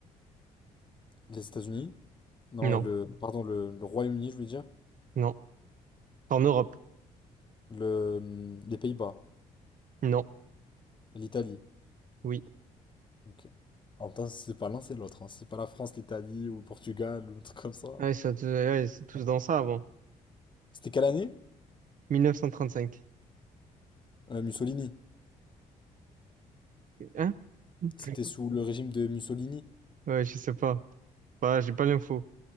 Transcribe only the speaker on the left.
Les États-Unis? Non,
le, pardon, le, le Royaume-Uni, je veux dire.
Le, hum, les Pays-Bas.
L'Italie.
Ok. En même temps, c'est pas l'un, c'est l'autre. hein. C'est pas la France, l'Italie ou le Portugal ou un truc comme ça.
C'était quelle année?
Euh, Mussolini.
C'était sous le régime de Mussolini.